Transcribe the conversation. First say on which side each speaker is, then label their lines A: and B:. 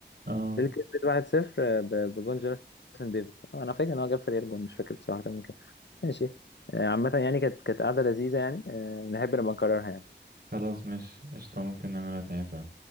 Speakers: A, on the right; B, on the left.
A: اه
B: ليه كسبت 1-0 ب- بجون جوناثان ديفيد آه، انا فاكر ان هو جاب فريق جون مش فاكر بصراحه كان كام ماشي آه، عامه يعني كانت كانت قعده لذيذه يعني آه، نحب نبقى نكررها يعني
A: خلاص مش قشطة ممكن نعملها تاني فعلا